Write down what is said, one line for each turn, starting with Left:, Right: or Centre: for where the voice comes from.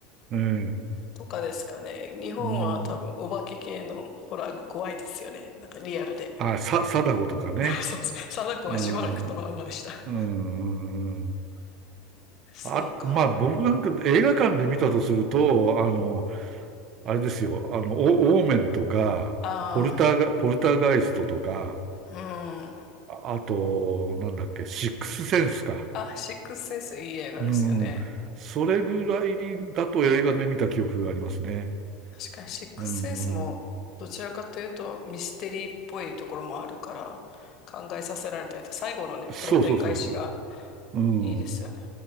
Right: うん、
Left: とかですかね。日本は多分お化け系のホラーが怖いですよね。
Right: うん。
Left: なんかリアルで。
Right: あ、さ、貞子とかね。
Left: <laughs> そうそう。貞子はしばらくトラウマでした。
Right: うん、うん、うん。
Left: そうか。
Right: あ、まあ僕なんか映画館で見たとすると、あの、
Left: うん
Right: あれですよ、あの、オ、オーメンとか、
Left: あ
Right: ポルターガ、ポルターガイストとか、
Left: あ、うん。
Right: ああと、なんだっけ、シックスセンスか。
Left: あ、シックスセンスいい映画ですよね。
Right: うん、それぐらいだと映画で見た記憶がありますね。
Left: 確かにシックスセンスもどちらかというとミステリーっぽいところもあるから考えさせられたりと、
Right: うん、うん。
Left: 最後のね、
Right: そうそうそうそ
Left: どんでん返しが
Right: う。うん、
Left: いいですよね。